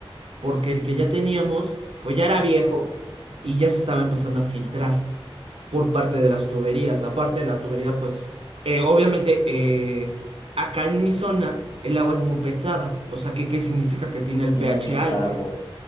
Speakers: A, on the right; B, on the left.
A: Porque el que ya teníamos, pues ya era viejo y ya se estaba empezando a filtrar. por parte de las tuberías. Aparte de la tubería, pues eh, obviamente eh, acá en mi zona el agua es muy pesada. O sea, que, ¿qué significa que tiene el
B: Tiene
A: pH
B: mucho sarro.
A: alto?